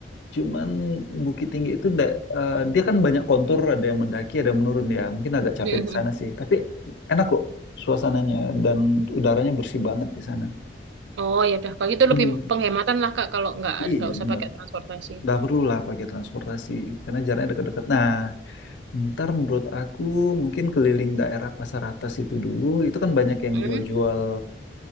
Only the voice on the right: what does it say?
Mm-mm.
Oh, ya udah. Kalau gitu
lebih penghematan lah, Kak, kalau nggak
nggak usah
pakai transportasi.
Mm.